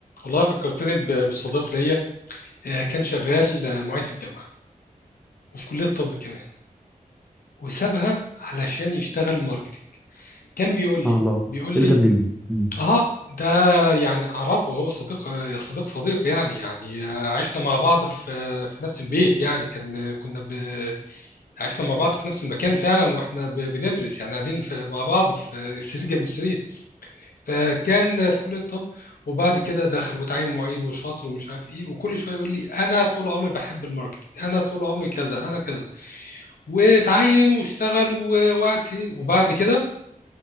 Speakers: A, on the left; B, in the centre.
A: والله فكرتني ب- بصديق ليا آه، كان شغال آه، معيد في الجامعة وفي كلية طب كمان وسابها علشان يشتغل ماركتينج كان بيقول
B: سبحان
A: لي
B: الله
A: بيقول لي
B: ايه اللي جاب دي مم.
A: اه ده يعني اعرفه هو صديق يا صديق صديق يعني يعني آه، عشنا مع بعض في في نفس البيت يعني كان كنا ب... عشنا مع بعض في نفس المكان فعلا واحنا ب... بندرس يعني قاعدين في... مع بعض في سرير جنب سرير فكان في كلية الطب وبعد كده دخل وتعين معيد وشاطر ومش عارف ايه وكل شويه يقول لي انا طول عمري بحب الماركتينج انا طول عمري كذا انا كذا وتعين واشتغل و- وقعد سنين وبعد كده